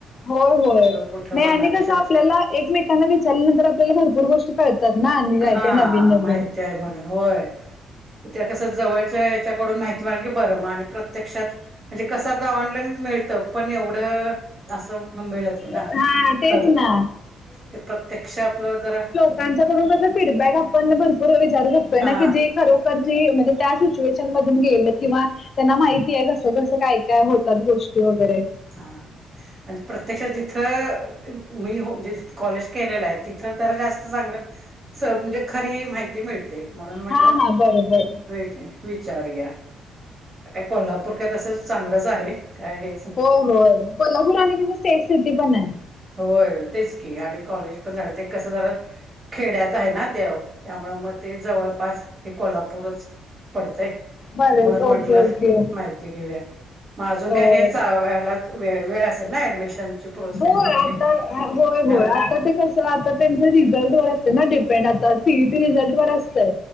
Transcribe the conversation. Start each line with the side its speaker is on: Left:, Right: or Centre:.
Left: होय होय
Right: कुठं
Left: नाही
Right: बघण्यापेक्षा
Left: आणि कसं आपल्याला एकमेकांना विचलल्या नंतर आपल्याला भरपूर गोष्टी कळतात ना आणि काय
Right: हा
Left: काय नवीन नवीन
Right: माहिती आहे म्हणून होय, त्या कस जवळच्या ह्याच्याकडून माहिती बर मगं आणि प्रत्यक्षात म्हणजे कसं आता ऑनलाईन मिळत पण एवढं असं मिळत नाही ना
Left: हा तेच
Right: खरं
Left: ना
Right: ते प्रत्यक्ष आपलं जरा
Left: त्यांच्याकडून तस फीडबॅक आपण भरपूर विचारू शकतोय
Right: हा
Left: ना की जे खरं म्हणजे त्या सिच्युएशन मधून गेले किंवा त्यांना माहिती आहे कसं कसं काय काय होतात गोष्टी वगैरे.
Right: हा आणि प्रत्यक्षात जिथं मी म्हणजे जिथं कॉलेज केलेलं आहे तिथं तर त्या जास्त चांगलं म्हणजे खरी माहिती मिळते म्हणून म्हटलं.
Left: हा हा बरोबर
Right: व्हय की नाही विचारूया काय कोल्हापूर काय तसं चांगलंच आहे काय हे
Left: हो हो कोल्हापूर आणि कसं सेफ सिटी पण आहे.
Right: हो तेच की आणि कॉलेज पण झालं ते कसं जरा खेड्यात आहे ना तोय त्यामुळ मग ते जवळपास हे कोल्हापूरच पडतेय
Left: बरं
Right: म्हणून म्हटलं
Left: ओके ओके
Right: माहती. मगं अजून
Left: होय.
Right: काय हे ह्यालाच वेळ असेल ना ऍडमिशन ची प्रोसेस
Left: होय
Right: वगैरे.
Left: आता होय होय.
Right: ह
Left: आता ते कस आता त्यांच रिझल्ट वर असतं ना डिपेंड आता सी ई टी रिझल्ट वर असतं